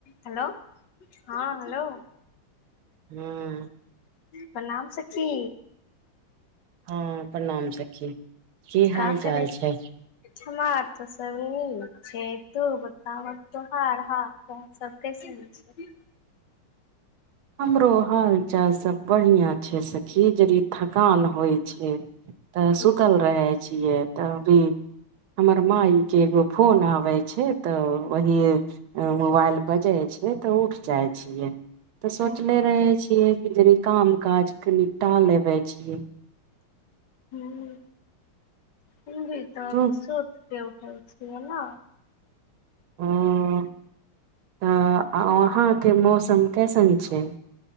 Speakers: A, on the left (about 60°); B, on the right (about 75°).
A: Hello हँ hello
B: हूंम्म
A: प्रणाम सखी
B: हँ प्रणाम सखी की
A: का
B: हाल
A: करै
B: चाल छै
A: हमार तऽ सब नीक छै तू बताब तोहार हाल सब कैसन छै
B: हमरो हाल चाल सब बढ़ियाँ छै सखी जड़ी थकान होइ छै तऽ सुतल
A: हूँ
B: रहै छियै तऽभी हमर मााय के एगो फोन आबै छै तऽ वही मोबाइल बजै छै तऽ उठ जाइ छियै तऽ सोचले
A: हूँ
B: रहै छियै कि जनी काम काज क निपटा लेबै छियै
A: हँ भी तऽ अभी
B: ह
A: शत तऽ उठै छिये ना
B: हँ तऽ वहाँके मौसम कैसन छै